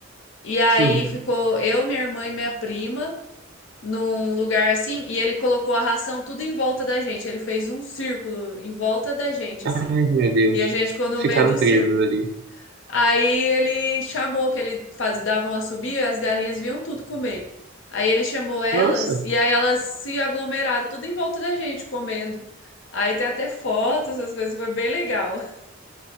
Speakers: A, on the left (about 65°); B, on the right (about 50°).
A: E aí
B: sim.
A: ficou eu, minha irmã e minha prima num lugar assim, e ele colocou a ração tudo em volta da gente. Ele fez um círculo em volta da gente,
B: Ai,
A: assim.
B: meu Deus.
A: E a gente ficou no
B: Ficaram
A: meio do círculo.
B: presas ali.
A: Aí ele chamou que ele faz, davam a subir e as galinhas vinham tudo comer. Aí ele chamou elas
B: Nossa,
A: e aí elas se aglomeraram tudo em volta da gente comendo. Aí tem até fotos, essas coisas, foi bem legal. <laughs>